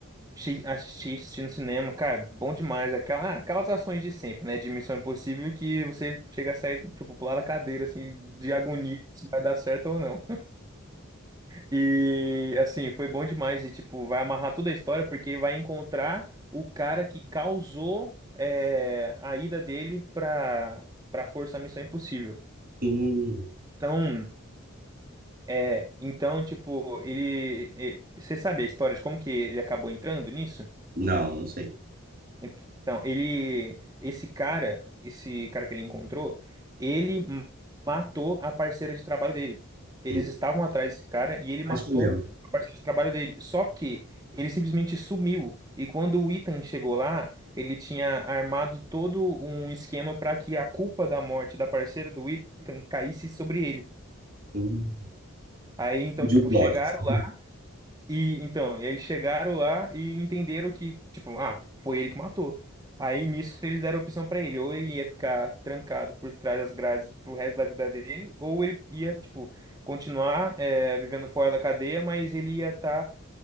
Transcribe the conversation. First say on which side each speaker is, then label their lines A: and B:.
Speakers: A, on the right; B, on the right.
A: che- assisti, assisti no cinema, cara, bom demais. Aquela, ah, aquelas ações de sempre, né? De Missão Impossível que você chega a sair, tipo, pular da cadeira, assim, de agonia se vai dar certo ou não. E assim, foi bom demais e tipo, vai amarrar toda a história porque vai encontrar o cara que causou é, a ida dele pra para Força Missão Impossível.
B: Hum,
A: Então, é, então tipo, ele, e- você sabe a história de como que ele acabou entrando nisso?
B: Não, não sei.
A: Então, ele, esse cara, esse cara que ele encontrou, ele matou a parceira de trabalho dele. Eles
B: Hum,
A: estavam atrás desse cara e ele
B: Acho
A: matou
B: que eu lembro.
A: a parceira de trabalho dele. Só que ele simplesmente sumiu. E quando o Ethan chegou lá, ele tinha armado todo um esquema para que a culpa da morte da parceira do Ethan caísse sobre ele.
B: Hum,
A: Aí então,
B: De
A: tipo,
B: um plot,
A: chegaram
B: assim.
A: e então, e aí chegaram lá e entenderam que, tipo, ah, foi ele que matou. Aí nisso eles deram a opção pra ele, ou ele ia ficar trancado por trás das grades pro resto da vida dele, ou ele ia, tipo, continuar é, vivendo fora da cadeia, mas ele ia estar